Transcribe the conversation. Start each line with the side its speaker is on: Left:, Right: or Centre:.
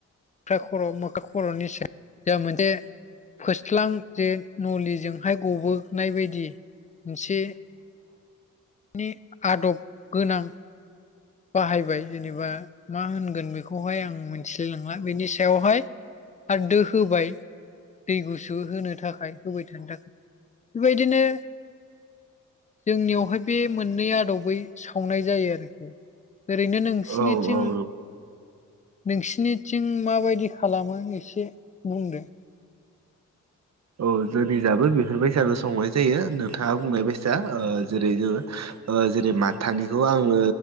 Left: मोख्रा खर' मोख्रा खर'नि सायाव जा मोनसे फोस्लां जे नलिजोंहाय गबोनाय बायदि मोनसे नि आदब गोनां बाहायबाय जेनेबा मा होनगोन बेखौहाय आं मिनथिलाय लां- ला बेनि सायावहाय आरो दो होबाय दै गुसु होनो थाखाय होबाय थानो थाखाय बेबायदिनो जोंनियावहाय बे मोननै आदबै सावनाय जायो आरोखि ओरैनो नोंसिनिथिं
Right: औ औ
Left: नोंसिनिथिं माबायदि खालामो एसे बुंदो
Right: औ जोंनि जाबो बेफोरबायसानो संनाय जायो नोंथाङा बुंनाय बायसा ओ जेरै जोङो ओ जेरै माथानिखौ आङो